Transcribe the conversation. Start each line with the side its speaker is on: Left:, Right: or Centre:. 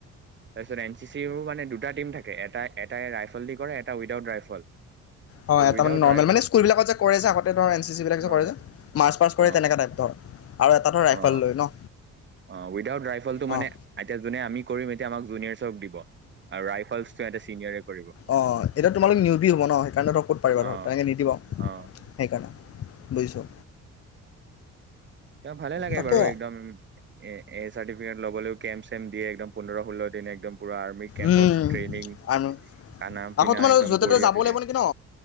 Right: তাৰপিছত এন চি চিৰো মানে দুটা টিম থাকে এটা এটাই ৰাইফল দি কৰে এটা উইট আউট ৰাইফল।
Left: হয়
Right: ত'
Left: এটা
Right: উইদাউট
Left: মানে নৰ্মেল
Right: ৰাইফল
Left: মানে স্কুলবিলাকত যে কৰে যে আগতে ধৰ এন চি চি বিলাক যে
Right: অ
Left: কৰে যে মাৰ্চ পাছ কৰে
Right: অ
Left: তেনেকা টাইপ ধৰ আৰু এটাতো ৰাইফাল
Right: অ
Left: লৈ ন।
Right: অ ৱিদ আউট ৰাইফলটো মানে
Left: অঁ
Right: এতিয়া যোনে আমি কৰিম এতিয়া আমাক জুনিয়াৰ্চক দিব। আৰু ৰাইফলছটো এটা চিঙগাৰে কৰ
Left: অ এতিয়া তোমালোক নিউ বি হ'ব ন সেইকাৰণে ধৰ ক'ত পাৰিবা ধৰ
Right: অ
Left: তেনেকে নিদিব।
Right: অ
Left: সেইকাৰণে বুজিছোঁ।
Right: তেওঁক ভালে লাগে
Left: তাকে
Right: বাৰু একদম। এ এই চাৰ্টিফিকেট ল'বলৈ কেম চেম দিয়ে একদম পোন্ধৰ ষোল্ল দিন একদম। পুৰা আৰ্মি কেম্পত
Left: উম
Right: ট্ৰেইনিং
Left: আৰু
Right: খানা
Left: আকৌ
Right: পিনা
Left: তোমাৰ
Right: একদম
Left: য'তে
Right: বঢ়িয়া
Left: ত'তে যাব
Right: থাকে।
Left: লাগিব নেকি ন